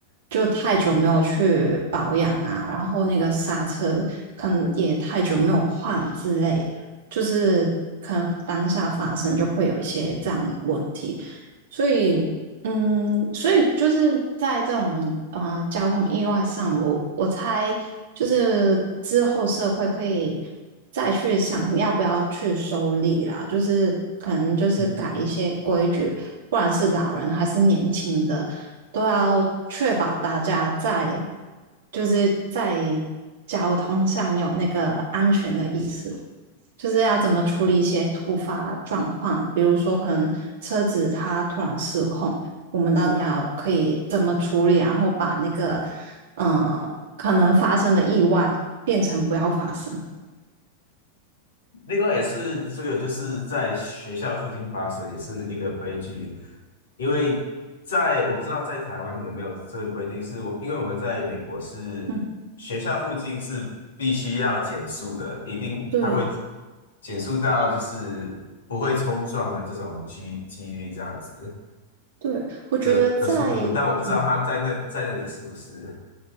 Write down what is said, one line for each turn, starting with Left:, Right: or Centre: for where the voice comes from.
Right: 就太久没有去保养啊，然后那个刹车可能也太久没有换之类，就是可能当下发生就会有一些这样的问题。所以，嗯，所以就是在这种呃交通意外上，我我猜就是之后社会可以再去想要不要去收礼啦，就是可能就是改一些规矩，
Left: 嗯
Right: 不管是老人还是年轻的，都要确保大家在就是在交通上有那个安全的意识。就是要怎么处理一些突发状况，比如说可能车子它突然失控，我们到底要可以怎么处理，然后把那个呃可能发生的意外变成不要发生。
Left: 另外也是这个就是在学校附近发生，也是一个悲剧，因为在我不知道在台湾有没有这个规定，是我因为我们在美国是学校附近是必须要减速的，
Right: <laughs> 嗯，
Left: 一定它会
Right: 对
Left: 减速到就是不会冲撞的这种几几率这样子。
Right: 对，我觉得在，
Left: 这的速度，但我不知道他在那在那里是不是
Right: 嗯，